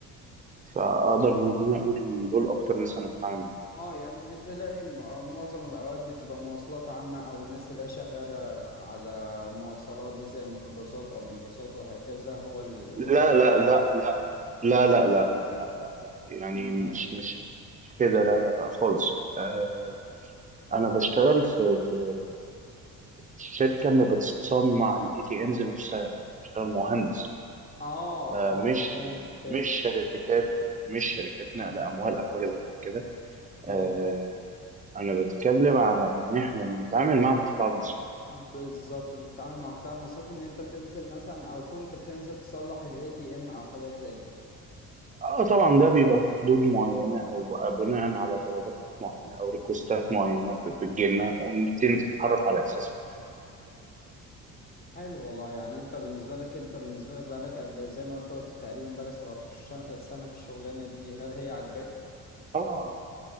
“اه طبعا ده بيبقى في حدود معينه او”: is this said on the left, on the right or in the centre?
Right